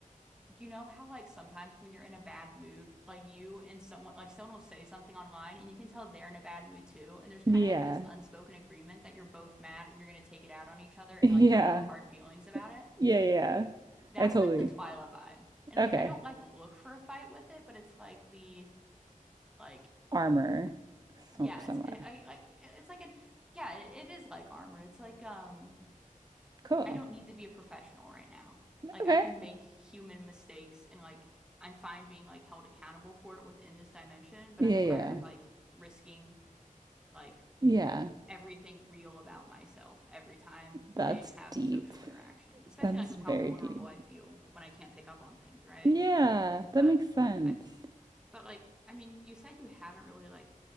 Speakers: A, in the centre; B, on the right (about 30°).
A: You know how like sometimes when you're in a bad mood, like you and someone like someone will say something online and you can tell they're in a bad mood too, and there's kind
B: Yeah.
A: of like this
B: <laughs>
A: unspoken agreement that you're both mad and you're gonna take it out on each other and
B: Yeah.
A: like have no hard feelings about it.
B: Yeah, yeah.
A: That's
B: I totally.
A: like the Twyla vibe. And
B: Okay.
A: like I don't like look for a fight with it, but it's like the like
B: Armor. Some,
A: yeah,
B: somewhat.
A: it's I I it's like an yeah, it, it is like armor. It's like um
B: Cool.
A: I don't need to be a professional right now. Like
B: Okay.
A: I can make human mistakes and like I'm fine being like held accountable for it within this dimension, but
B: Yeah,
A: I'm tired
B: yeah.
A: of like risking like
B: Yeah.
A: everything real about myself every time
B: That's
A: I have
B: deep.
A: a social interaction, especially
B: That's
A: like with
B: very
A: how vulnerable
B: deep.
A: I feel when I can't pick up on things, right?
B: Yeah,
A: But
B: that makes sense.
A: I, but like, I mean, you said you haven't really like